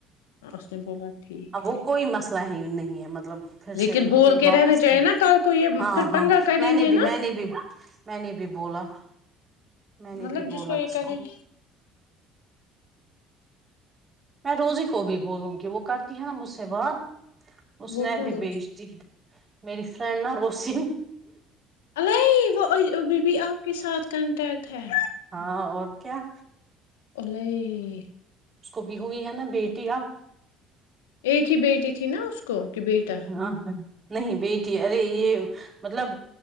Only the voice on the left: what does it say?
اس نے بولا ٹھیک
ہے
لیکن
بول
کے
رہنا چاہیے نا کل کو یہ
پھر
پنگا کریں
گے
نا
مطلب
جس کو یہ
کریں گے
وہ
کون روز
الے وہ بی بی آپ کے ساتھ کنٹیکٹ ہے
اللہ
ایک ہی بیٹی تھی نا اس کو کہ بیٹا